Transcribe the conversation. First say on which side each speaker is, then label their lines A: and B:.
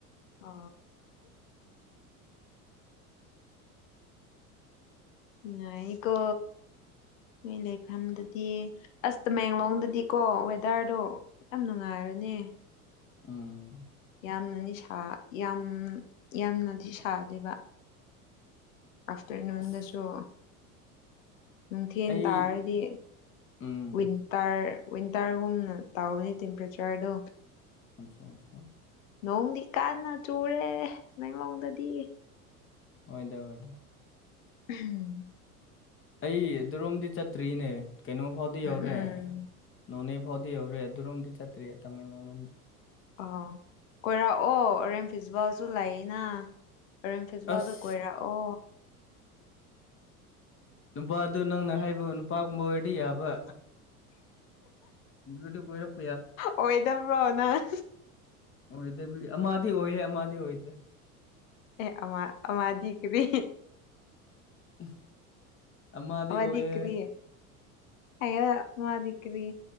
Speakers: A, on the left; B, on the left.
A: ꯑ ꯅꯨꯉꯥꯏꯀꯣ ꯅꯣꯏ ꯂꯩꯐꯝꯗꯨꯗꯤ ꯑꯁ ꯇꯃꯦꯡꯂꯣꯡꯗꯗꯤꯀꯣ ꯋꯦꯗꯔꯗꯣ ꯌꯥꯝ ꯅꯨꯡꯉꯥꯏꯔꯅꯦ
B: ꯎꯝ
A: ꯌꯥꯝꯅꯅꯤ ꯌꯥꯝ ꯌꯥꯝꯅꯗꯤ ꯁꯥꯗꯦꯕ ꯑꯐꯇꯔꯅꯨꯟꯗꯁꯨꯣ
B: ꯑꯁ
A: ꯅꯨꯡꯊꯤꯟ
B: ꯑꯩ
A: ꯇꯥꯔꯗꯤ
B: ꯎꯝ
A: ꯋꯤꯟꯇꯔ ꯋꯤꯟꯇꯔꯒꯨꯝꯅ ꯇꯧꯕꯅꯤ ꯇꯦꯝꯄꯔꯦꯆꯔꯗꯣ
B: ꯑꯆꯥ ꯑꯆꯥ
A: ꯅꯣꯡꯗꯤ ꯀꯥꯟꯅ ꯆꯨꯔꯦ ꯅꯪꯂꯣꯡꯗꯗꯤ
B: ꯑꯣꯏꯣꯏꯗ ꯑꯣꯏꯗ
A: ꯎꯝ
B: ꯑꯩ ꯑꯗꯨꯔꯣꯝꯗꯤ ꯆꯠꯇ꯭ꯔꯤꯅꯦ ꯀꯩꯅꯣ ꯐꯥꯎꯗꯤ ꯌꯧꯔꯦ
A: ꯎꯝ
B: ꯅꯣꯅꯦ ꯕꯥꯎꯗꯤ ꯌꯧꯔꯦ ꯑꯗꯨꯔꯣꯝꯗꯤ ꯆꯠꯇ꯭ꯔꯤꯌꯦ ꯇꯥꯃꯦꯡꯂꯣꯡꯂꯣꯝꯗ
A: ꯑ ꯀꯣꯏꯔꯛꯑꯣ ꯑꯣꯔꯦꯝ ꯐꯤꯖꯕꯥꯜꯁꯨ ꯂꯩꯏꯅ ꯄꯔꯝ ꯐꯦꯖꯕꯥꯜꯗ
B: ꯑꯁ
A: ꯀꯣꯏꯔꯛꯑꯣ
B: ꯅꯨꯄꯥꯗꯨ ꯅꯪꯅ ꯍꯥꯏꯕ ꯅꯨꯄꯥꯒꯨꯝꯕ ꯑꯣꯏꯔꯗꯤ ꯌꯥꯕ ꯔꯛꯑꯣ <unintelligible>
A: ꯑꯣꯏꯗꯕ꯭ꯔꯣ ꯅꯪ
B: ꯑꯣꯏꯗꯕꯤ ꯑꯃꯗꯤ ꯑꯣꯏꯌꯦ ꯑꯃꯗꯤ ꯑꯣꯏꯗꯦ
A: ꯑꯦ ꯑꯃꯥ ꯑꯃꯥꯗꯤ ꯀꯔꯤ
B: <inaudible> ꯑꯃꯗꯤ
A: ꯋꯥꯗꯤ
B: ꯑꯣꯏꯌꯦ
A: ꯀ꯭ꯔꯤꯌꯦ ꯑꯃꯗꯤ ꯀꯔꯤ